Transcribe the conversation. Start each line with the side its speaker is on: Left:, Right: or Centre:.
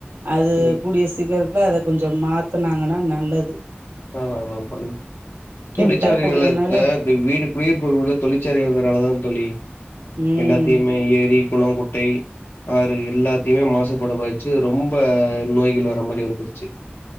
Right: அது
Left: புரியுது
Right: கூடிய சீக்கி ரத்ல அத கொஞ்ச மாத்துனாங்கன்னா நல்லது
Left: ஆமா ஆமா பண்ணி
Right: கெட்ட
Left: தொழிற்சாலைகள்த்த
Right: புகையினால
Left: வீடு குடியிருப்பு உள்ள தொழிற்சாலைகள் இருக்கிறனாலதா தோழி
Right: ம்
Left: எல்லாத்தையுமே ஏரி குளங்குட்டை ஆறு எல்லாத்தையுமே மாசுபட வச்சு ரொம்ப நோய்கள் வர மாரி வந்துருச்சு